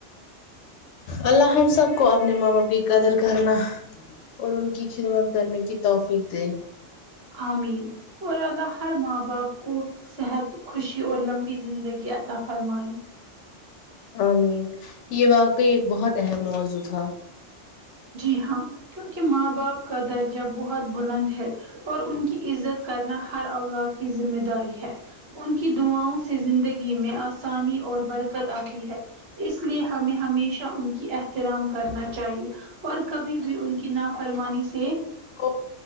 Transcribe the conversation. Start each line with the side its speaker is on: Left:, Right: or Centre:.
Left: اللہ ہم ہم سب کو اپنے ماںاپ کی قدر کرنا اوررن کی خدمت کرنے کی توفیق دے
Right: آمین اور اللہ ہر ماں باپ کو صحت خوشی اور لمبی زندگی عطا فرمائ
Left: عمین یہ واقعی ایک بہت اہم موضوع تھا
Right: جی ہاں کیونکہ ماں باپ کا درجہ بہت بلند ہے اور ان کی عزت کرنا ہر اولاد کی ذمہ داری ہے ان کی دعاؤں سے زندگی میں آسانی اور برکت آتی ہے اس لیے ہمیں ہمیشہ ان کی احترام کرنا چاہیے اور کبھی بھی ان کی ن فرمانی سے
Left: ا